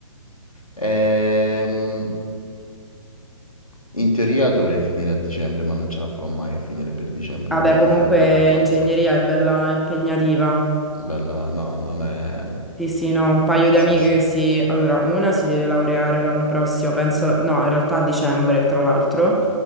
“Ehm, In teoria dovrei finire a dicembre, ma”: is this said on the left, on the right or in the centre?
Left